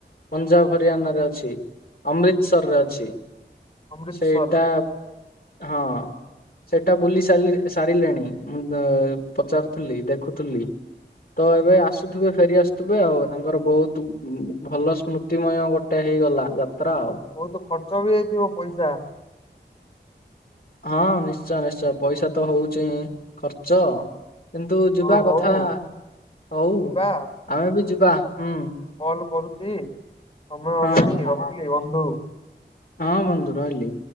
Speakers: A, on the left; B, on the left.
A: ପଞ୍ଜାବ ହରିୟାନ ରେ ଅଛି ଅମୃତସରରେ ଅଛି।
B: ଅମୃତସର
A: ସେଇଟା ହଁ। ସେଇଟା ବୁଲି ସାର ସାରିଲେଣି ମୁଁ ପଚାରୁଥିଲି ଦେଖୁଥିଲି। ତ ଏବେ ଆସୁଥିବେ ଫେରି ଆସୁଥିବେ ଆଉ ତାଙ୍କର ବହୁତ ଭଲ ସ୍ମୃତି ସ୍ମୃତିମୟ ଗୋଟେ ହେଇଗଲା ଯାତ୍ରା ଆଉ।
B: ବହୁତ ଖର୍ଚ୍ଚ ବି ହେଇଥିବ ପଇସା।
A: ହଁ ନିଶ୍ଚୟ ନିଶ୍ଚୟ ପଇସା ତ ହଉଚି ଖର୍ଚ୍ଚ। କିନ୍ତୁ ଯିବା
B: ହଁ ହଉ
A: କଥା ହଉ
B: ଯିବା
A: ଆମେ ବି ଯିବା ହୁଁ।
B: କଲ୍ କରୁଛି ସମୟ ହେଲାଣି
A: ହଁ।
B: ରଖିଲି ବନ୍ଧୁ।
A: ହଁ ବନ୍ଧୁ ରହିଲି।